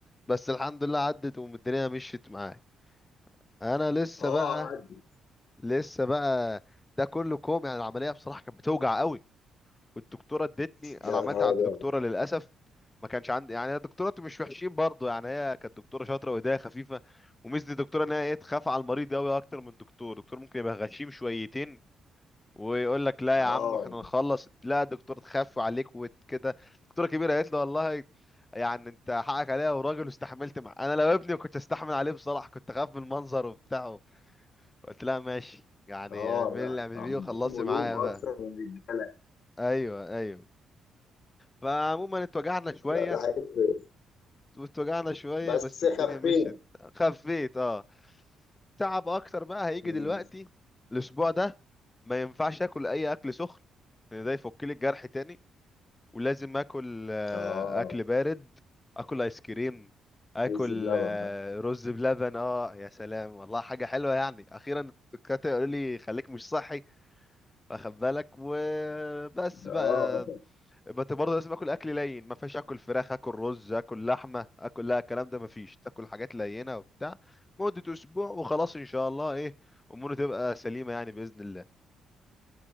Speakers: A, on the left; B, on the left.
A: بس الحمد لله عدت والدنيا مشيت معاك انا لسه
B: اه
A: بقى
B: قعد
A: لسه بقى ده كله كوم يعني العمليه بصراحه كانت بتوجع قوي والدكتوره ادتني انا
B: يا
A: عملت
B: نهار
A: عند
B: ابيض
A: دكتوره للاسف ما كانش عندي يعني الدكتورات مش وحشين برضو يعني هي كانت دكتوره شاطره وايديها خفيفه وميزه الدكتوره ان هي ايه تخاف على المريض قوي اكتر من الدكتور الدكتور ممكن يبقى غشيم شويتين ويقول لك لا
B: اه
A: يا عم احنا نخلص لا الدكتور تخاف عليك وكده الدكتوره الكبيره قالت له والله يعني انت حقك عليها وراجل واستحملت مع انا لو ابني كنت استحمل عليه بصراحه كنت اخاف من المنظر وبتاعه قلت لها ماشي يعني
B: اه
A: اعملي
B: لا
A: اللي اعملي
B: عندهم
A: بيه وخلصي
B: قلوب
A: معايا بقى
B: اكتر من الرجاله
A: ايوه ايوه فعموما اتوجعنا شويه
B: لا ده حقيقي
A: واتوجعنا شويه
B: بس
A: بس الدنيا
B: خفينا
A: مشيت خفيت اه تعب اكتر بقى هيجي
B: مم.
A: دلوقتي الاسبوع ده ما ينفعش اكل اي اكل سخن لأن ده يفك لي الجرح تاني ولازم اكل آه،
B: اه
A: اكل بارد اكل ايس كريم اكل
B: عز بلبن
A: آه،
B: بقى
A: رز بلبن اه يا سلام والله حاجه حلوه يعني اخيرا الدكاتره يقولوا لي خليك مش صحي واخد بالك وبس
B: اه
A: بقى بس برضه لازم اكل اكل لين ما فيش اكل فراخ اكل رز اكل لحمه اكل لا الكلام ده ما فيش تاكل حاجات لينه وبتاع مده اسبوع وخلاص ان شاء الله ايه اموره تبقى سليمه يعني باذن الله